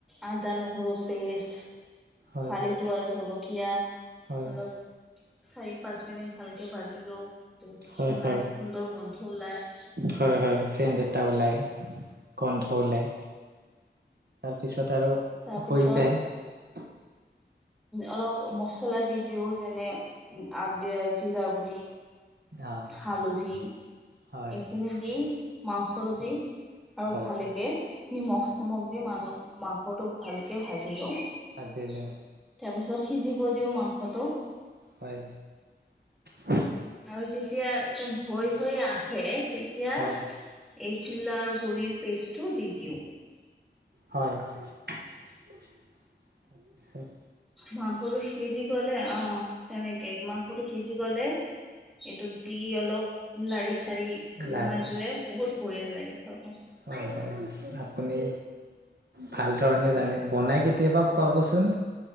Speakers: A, in the centre; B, on the right.
A: আদা, নহৰু পেষ্ট
B: হয়
A: ফালি থোৱা জলকীয়া
B: হয়
A: অলপ। চাৰি, পাঁচ মিনিট ভালকে বাজিলেও সেইটো সোণাৰি
B: হয় হয়
A: সুন্দৰ। গোন্ধ ওলাই।
B: হয়, হয় চেণ্ড এটা ওলাই গোন্ধ ওলায়। তাৰ পিছত আৰু
A: তাৰপিছত
B: হৈ যায়।
A: অলপ মছলা দি দিওঁ যেনে আদিয়া জিৰা গুৰি।
B: অ
A: হালধি
B: হয়
A: এইখিনি দি মাংস
B: হয়
A: দি আৰু
B: হয়
A: ভালেকে নিমখ চমখ দি মানুহ মাংসটো ভালকে ভাজিিলো তাৰপিছত
B: ভাজিলে
A: সিজিব দিওঁ মাংসটো
B: হয় আ
A: আৰু যেতিয়া একদম হৈ হৈ আহে তেতিয়া
B: হয়
A: এইডলা আৰু গুড়িৰ পেষ্টটো দি দিওঁ
B: হয় হয় তাৰপিছত
A: মাংসটো সিজি গ'লে অ তেনেকে মাংসটো সিজি গ'লে এইটো দি অলপ লাৰি চাৰি
B: লাৰি
A: নমাই দিলে বহুত বঢ়িয়া লাগে চব
B: হয় হয় আপুনি ভাল ধৰণে জানে বনাই কেতিয়াবা খুৱাবচোন